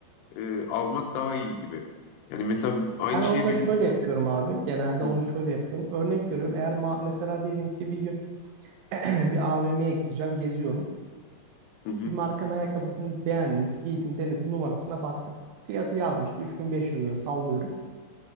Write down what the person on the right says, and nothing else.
Ben onu
da
şöyle yapıyorum abi. Genelde
onu şöyle yapıyorum. Örnek veriyorum. Eğer ma- mesela diyelim ki bir gün <clears throat> bir AVM'ye gideceğim, geziyorum.
Bir markanın ayakkabısını beğendim, giydim, denedim, numarasına baktım. Fiyatı yazmış ki 3500 lira sallıyorum.